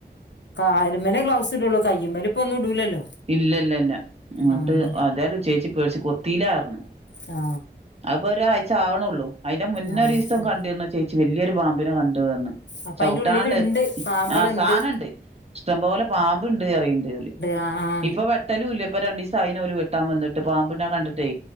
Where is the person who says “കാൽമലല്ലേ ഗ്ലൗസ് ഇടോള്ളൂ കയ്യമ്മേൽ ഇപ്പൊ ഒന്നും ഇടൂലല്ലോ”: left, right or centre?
Left